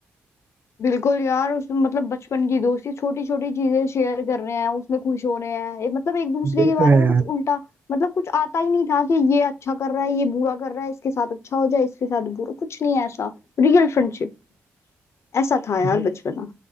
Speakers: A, on the left (about 65°); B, on the right (about 40°).
A: बिल्कुल यार उसमें मतलब बचपन की दोस्ती छोटी छोटी चीजें शेयर कर रहे हैं उसमें खुश हो रहे हैं ये मतलब एक दूसरे
B: ये
A: के
B: तो
A: बारे
B: है
A: में
B: यार
A: कुछ उल्टा मतलब कुछ आता ही नहीं था कि ये अच्छा कर रहा है ये बुरा कर रहा है इसके साथ अच्छा हो जाए इसके साथ बुरा कुछ नहीं है ऐसा Real friendship ऐसा था यार
B: मतलब
A: बचपना